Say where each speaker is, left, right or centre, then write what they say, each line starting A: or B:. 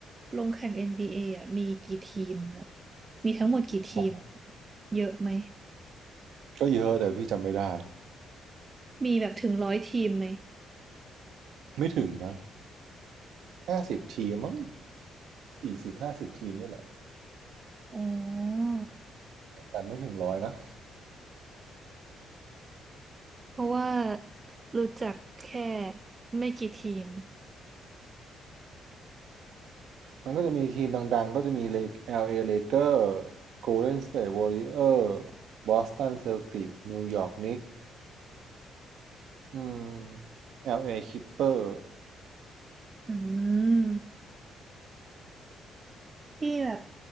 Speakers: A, on the right (about 35°); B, on the right (about 70°).
A: ลงแข่งเอ็นบี a ออ่ะมีกี่ทีมอะมีทั้งหมดกี่ทีม
B: อ๋อ
A: เยอะไหม
B: ก็เยอะแต่พี่จำไม่ได้
A: มีแบบถึงร้อยทีมไหม
B: ไม่ถึงนะห้าสิบทีมมั้งสี่สิบห้าสิบทีมเนี่ยแหละ
A: อ๋อ
B: แต่ไม่ถึงร้อยนะ
A: เพราะว่ารู้จักแค่ไม่กี่ทีม
B: มันก็จะมีทีมดังๆก็จะมีเล LA Lakers Golden State Warrior Boston Celtics New York Knicks อืม LA Clipper
A: อืมที่แบบ